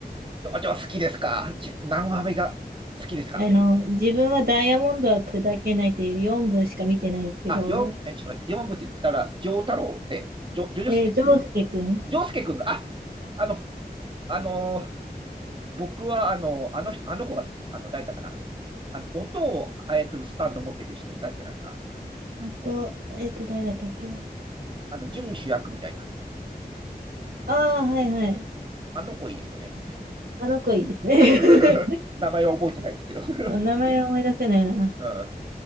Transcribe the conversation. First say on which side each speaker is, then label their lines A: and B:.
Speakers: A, on the right (about 30°); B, on the right (about 65°).
A: ちょ、ちょ、じゃあ好きですかち何話目が好きですか
B: あの、自分はダイヤモンドは砕けないっていう4部しか見てないんですけど、
A: あ、四、え、ちょっと待って四部って言ったら、丈太郎え、ジョ、ジョジョスケ
B: えー、ジョウスケくん。
A: ジョスケくんが、あ、あの、あのー僕は、あの、あの人、あの子が好きです。あの、誰だかな。あの、音を操るスタンド持ってる人いたんじゃないですか。
B: あと、えっと、誰だったっけ
A: あの、準主役みたいな。
B: ああー、はいはい。
A: あの子いいですよね。
B: あの子いいですね。
A: <laughs> 名前は覚えてないですけど。
B: <laughs>
A: <laughs>
B: 名前思い出せないな。
A: うん。